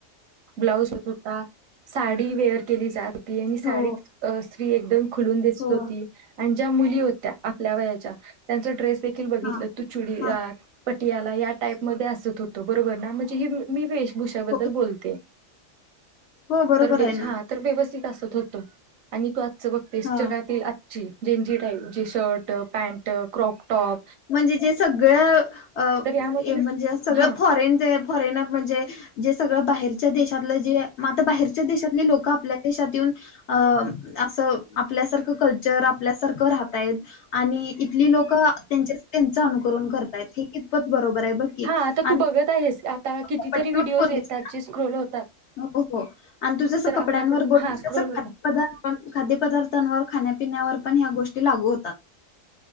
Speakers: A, on the right; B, on the left.
A: ब्लाऊज होत होता साडी वेअर केली जाते आणि साडीत
B: हो
A: स्त्री एकदम खुलून दिसत
B: हो
A: होती आणि ज्या मुली होत्या आपल्या वयाच्या त्यांचा ड्रेस देखील बघित
B: हा
A: तु चुडीदार
B: हा
A: पटियाला या टाईप म असत होतो बरोबर ना म्हणजे मी वे भुषाबद्दल
B: हो
A: बोलते
B: हो बरोबर
A: तर
B: आहे
A: हा
B: ना
A: तर व्यवस्थित असत होतं आणि तू आजचं बघतेस
B: हा
A: जगातील ज जी टाईप ज शर्ट पँन्ट क्रॉकटॉप
B: म्हणजे जे सगळं म्हणजे
A: तर यामधून
B: सगळं
A: हा
B: फॉरेन जे फॉरेन म्हणजे जे सगळं बाहेरच्या देशातलं जे म आता बाहेरच्या देशातले लोक आपल्या देशात येऊन अ असं आपल्यासारखं कल्चर आपल्यासारखं राहताय आणि इथली लोक त्यां त्यांच अनुकरण करतायत हे कितपत बरोबर आहे बघ की
A: हा आता
B: आणि
A: तू बघत आहेस आता कितीतरी
B: कपड्यांवर
A: व्हिडिओज
B: बोललीस
A: येतात
B: ना
A: जे स्क्रोल होतात
B: हो हो आणि तू जसं
A: तर आपल्याकडून
B: कपड्यांवर बोल
A: हा स्क्रोल
B: तस
A: होता
B: खा्यपदार् पण खाद्यपदार्थांवर खाण्यापिण्यावर पण ह्या गोष्टी लागू होतात